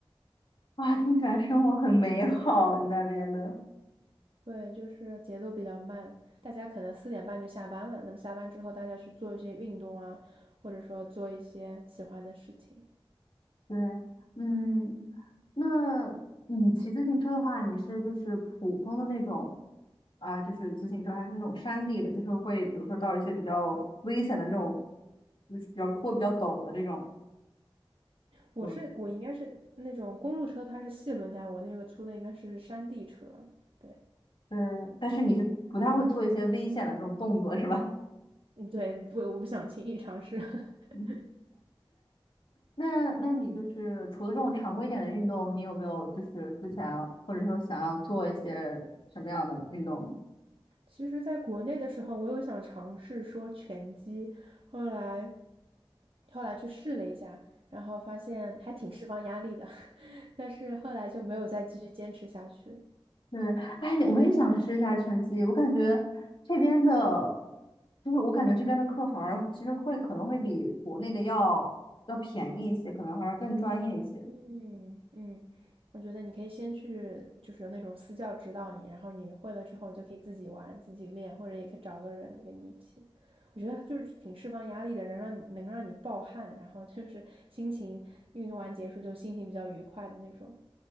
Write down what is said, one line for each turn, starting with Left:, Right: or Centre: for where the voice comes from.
Left: 哇，听起来生活很美好，你那边的。
Right: 对，就是节奏比较慢，大家可能四点半就下班了。那么下班之后，大家去做一些运动啊，或者说做一些喜欢的事情。
Left: 对，嗯，那你骑自行车的话，你是就是普通的那种啊、就是自行车，还是那种山地的，就是会比如说到一些比较危险的这种，就是比较坡比较陡的这种，
Right: 我是我应该是那种公路车，
Left: <laughs>
Right: 它是细轮胎，我那个粗的应该是山地车。对，
Left: 对，但是你是不太会做一些危险的这种动作，是吧？
Right: 嗯，对，不，我不想轻易尝试。<laughs>
Left: <laughs> 嗯那那你就是除了这种常规一点的运动，你有没有就是之前或者说想要做一些什么样的运动呢？
Right: 其实，在国内的时候，我有想尝试说拳击，后来后来去试了一下，然后发现还挺释放压力的，<laughs> 但是后来就没有再继续坚持下去。
Left: 对，哎，我也想试一下拳击。我感觉这边的，就是我感觉这边的课反而其实会可能会比国内的要要便宜一些，可能还要更专业一些。
Right: 嗯嗯，我觉得你可以先去，就是有那种私教指导你，然后你会了之后，你就可以自己玩、自己练，或者也可以找个人跟你一起。我觉得就是挺释放压力的，人让你能让你暴汗，然后就是心情运动完结束就心情比较愉快的那种。